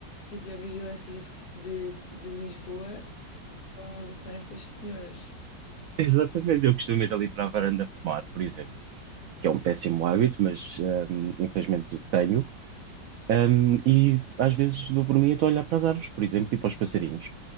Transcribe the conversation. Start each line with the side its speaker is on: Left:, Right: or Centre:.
Left: videovigilâncias de, de Lisboa São, são essas senhoras.
Right: Exatamente. Eu costumo ir ali para a varanda fumar, por exemplo, que é um péssimo hábito, mas hum, infelizmente tenho. Hum, e às vezes dou por mim e estou a olhar para as árvores, por exemplo, e para os passarinhos.